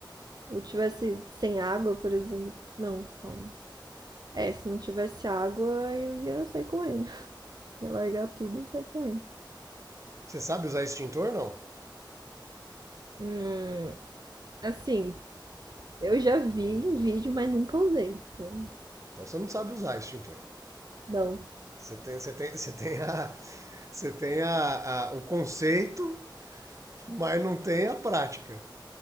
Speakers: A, on the right; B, on the right.
A: Ou tivesse sem água, por exemplo. Não, calma. É, se não tivesse água, eu ia sair correndo. <laughs> Ia largar tudo e sair correndo.
B: Você sabe usar extintor, não?
A: Hum, assim, eu já vi em vídeo, mas nunca usei. Então,
B: Então você não sabe usar extintor.
A: não.
B: Você tem, você tem, você tem a. Você tem a, a- o conceito, mas não tem a prática.